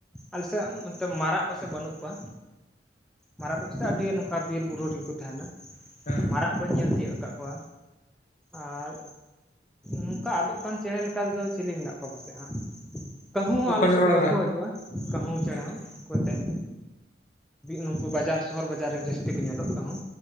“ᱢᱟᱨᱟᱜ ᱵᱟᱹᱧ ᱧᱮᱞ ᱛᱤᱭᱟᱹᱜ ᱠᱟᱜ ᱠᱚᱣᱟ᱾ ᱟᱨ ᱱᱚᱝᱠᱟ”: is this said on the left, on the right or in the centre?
Centre